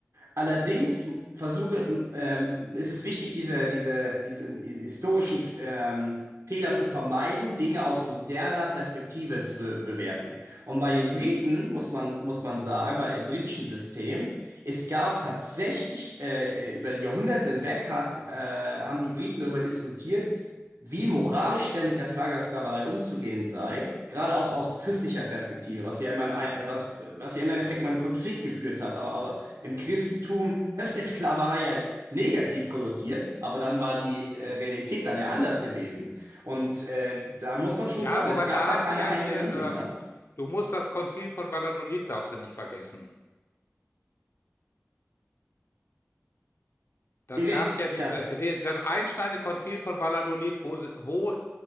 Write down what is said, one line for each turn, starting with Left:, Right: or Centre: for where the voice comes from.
Right: Allerdings versuche, ähm, ist es wichtig, diese, diese, diesen historischen ähm, Fehler zu vermeiden, Dinge aus moderner Perspektive zu be bewerten. Und bei den Briten muss man, muss man sagen, bei dem britischen System, es gab tatsächlich äh, über die Jahrhunderte hinweg hat, äh, haben die Briten darüber diskutiert, wie moralisch denn mit der Frage der Sklaverei umzugehen sei, gerade auch aus christlicher Perspektive, was ja immer, ein, was, was ja immer im Endeffekt immer einen Konflikt geführt hat, au- au- im Christentum <laughs> ist Sklaverei ja jetzt negativ konnotiert, aber dann war die äh, Realität dann ja anders gewesen. Und äh, da muss man schon
Left: Ja,
Right: sagen,
Left: wobei
Right: es gab
Left: da
Right: da
Left: hast
Right: keine
Left: du ja
Right: eigene
Left: hier,
Right: Linie,
Left: ähm,
Right: ne?
Left: du musst das Konzil von Valladolid, darfst du nicht vergessen. Das
Right: Irre-
Left: gab ja
Right: Ja.
Left: diese, die- das einschneidende Konzil von Valladolid, wo, sie- wo